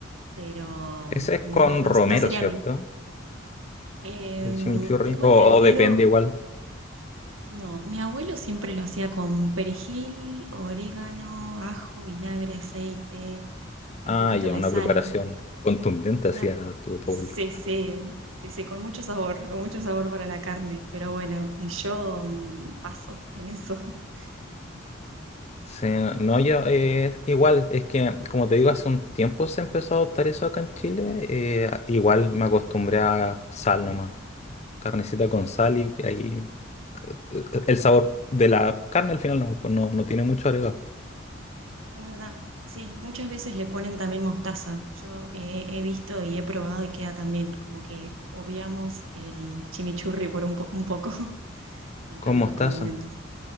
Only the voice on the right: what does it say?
pero
mm,
no, no,
no sería
a mí. Em,
tengo
entendido,
no, mi abuelo siempre lo hacía con perejil, orégano, ajo, vinagre, aceite, un
poquito
de
sal.
Una
c
c c c con mucho sabor, con mucho sabor para la carne, pero bueno, eh, yo mm, paso en eso. <laughs>
Es verdad, sí, muchas veces le ponen también mostaza. Yo he, he visto y he probado y queda también, como que obviamos el chimichurri por un, po- un poco <laughs> con
tantos
condimentos.